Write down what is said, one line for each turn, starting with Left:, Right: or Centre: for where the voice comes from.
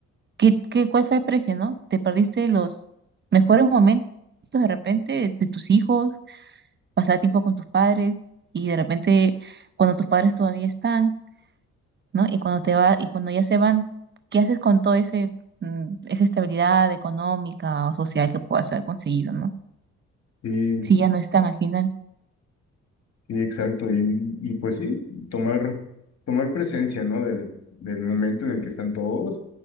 Right: que, que cuál fue el precio, ¿no? Te perdiste los mejores momentos de repente de, de tus hijos, pasar tiempo con tus padres, y de repente cuando tus padres todavía están ¿no? Y cuando te va, y cuando ya se van, ¿qué haces con todo ese, mm, esa estabilidad económica o social que puedas haber conseguido, ¿no?
Left: Sí,
Right: Si ya no están al final.
Left: sí, exacto. Y, y pues sí, tomar, tomar presencia, ¿no? Del, del momento en el que están todos,